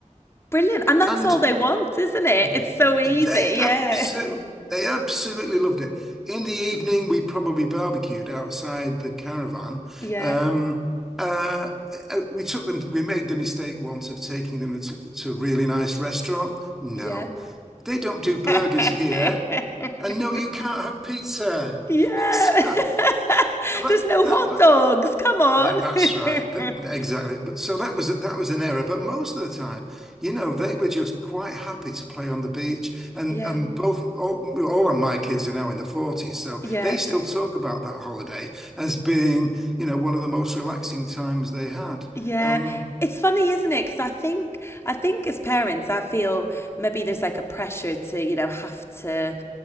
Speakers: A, on the left; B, in the centre.
A: Brilliant. And that's
B: And
A: all they want, isn't it?
B: they
A: It's so easy. Yeah.
B: absolutely they absolutely loved it. In the evening, we probably barbecued outside the caravan.
A: Yeah.
B: Um, uh, uh, we took them, we made the mistake once of taking them to, to a really nice restaurant. No,
A: Yeah.
B: they don't do burgers
A: <laughs>
B: here. And no, you can't have pizza.
A: Yeah.
B: <laughs> So,
A: <laughs>
B: so that
A: There's no
B: that
A: hot
B: but
A: dogs. Come on.
B: Yeah, that's
A: <laughs>
B: right. Th th- exactly. But so that was that was an error. But most of the time, you know, they were just quite happy to play on the beach. And
A: yeah.
B: and both all, all of my kids are now in the 40s, so
A: Yeah.
B: they still talk about that holiday as being, you know, one of the most relaxing times they had.
A: Yeah.
B: Um,
A: It's funny, isn't it? Because I think I think as parents, I feel maybe there's like a pressure to, you know, have to